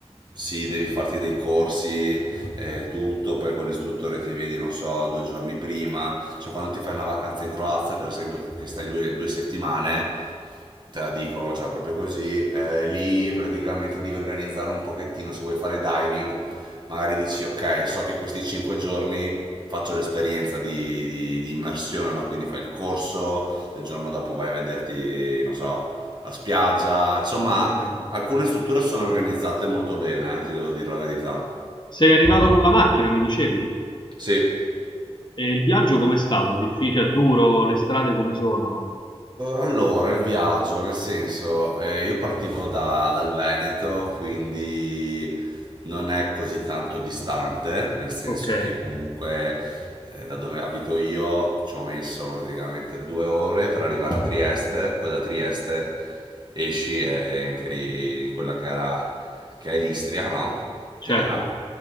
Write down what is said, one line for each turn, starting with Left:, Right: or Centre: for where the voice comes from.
Right: sì, devi farti dei corsi e tutto, poi con l'istruttore ti vedi, non so, due giorni prima, cioè quando ti fai una vacanza in Croazia, per esempio, che stai due, due settimane, te la dico, cioè proprio così, eh, lì praticamente devi organizzare un pochettino, se vuoi fare diving, magari dici, ok, so che questi cinque giorni faccio l'esperienza di, di- di immersione, no? Quindi fai il corso, il giorno dopo vai a vederti, non so, la spiaggia. Insomma,
Left: Ok.
Right: alcune strutture sono organizzate molto bene, eh, ti devo dire la verità.
Left: Sei arrivato con la macchina, mi dicevi?
Right: Sì.
Left: E il viaggio com'è stato? Difficile, duro, le strade come sono?
Right: Allora, il viaggio, nel senso, eh, io partivo da- dal Veneto, quindi non è così tanto distante, nel senso
Left: Ok,
Right: che comunque eh, da dove abito io ci ho messo praticamente due ore per arrivare a Trieste, poi da Trieste esci e entri in quella che era, che è l'Istria, no?
Left: certo.
Right: Che era.